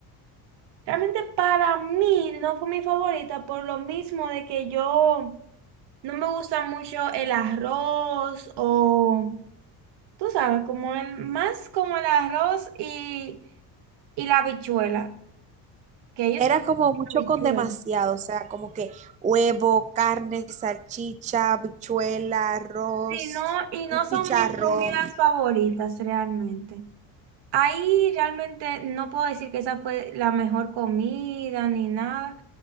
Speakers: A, on the right (about 65°); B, on the right (about 20°).
A: Realmente para mí no fue mi favorita por lo mismo de que yo no me gusta mucho el arroz o, tú sabes, como el, más como el arroz y, y la habichuela, que ellos
B: Era
A: no me
B: como
A: dicen
B: mucho
A: habichuela.
B: con demasiado, o sea, como que huevo, carne, salchicha, habichuela, arroz,
A: Sí, no, y no
B: un
A: son
B: chicharrón.
A: mis comidas favoritas realmente. Ahí realmente no puedo decir que esa fue la mejor comida ni nada,